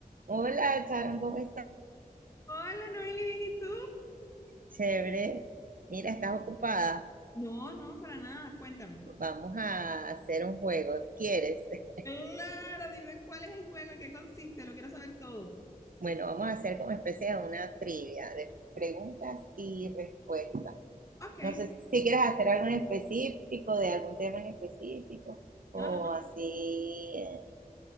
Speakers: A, on the right (about 65°); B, on the left (about 20°).
A: Hola, Sharon, ¿cómo estás?
B: Hola, Noeli, ¿bien y tú?
A: Chévere. Mira, estás ocupada.
B: No, no, para nada, cuéntame.
A: Vamos a hacer un juego. ¿Quieres? <laughs>
B: Claro, dime cuál es el juego, en qué consiste, lo quiero saber todo.
A: Bueno, vamos a hacer como especie de una trivia de preguntas y respuestas.
B: Ok,
A: No sé si quieres hacer algo en específico, de algún tema en específico, o
B: no, no,
A: así. eh,